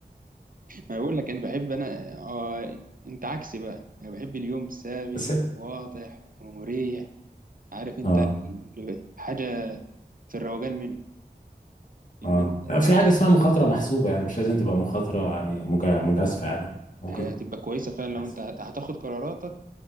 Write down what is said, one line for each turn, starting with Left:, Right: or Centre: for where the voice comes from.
Right: ما بقول لك انا بحب انا آه انت عكسي بقى انا بحب اليوم ثابت
Left: بس
Right: واضح ومريح عارف انت
Left: اه
Right: ال- حاجه في الروقان منه ان
Left: اه في حاجه اسمها مخاطره محسوبه يعني مش لازم تبقى مخاطره يعني مجا- مجازفه يعني
Right: آه.
Left: ممكن
Right: هي هتبقى كويسة فعلا لو
Left: تحسب.
Right: انت هت- هتاخد قراراتك